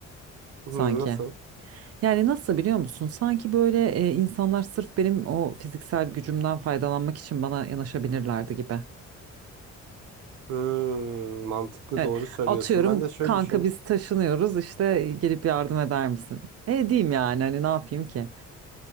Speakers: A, on the right; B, on the right.
A: Hı,
B: sanki.
A: nasıl?
B: Yani nasıl biliyor musun? Sanki böyle e, insanlar sırf benim o fiziksel gücümden faydalanmak için bana yanaşabilirlerdi gibi.
A: Hmm, mantıklı
B: Evet.
A: doğru söylüyorsun.
B: Atıyorum
A: Ben de şöyle
B: kanka
A: düşün,
B: biz taşınıyoruz işte gelip yardım eder misin? E diyeyim yani hani ne yapayım ki?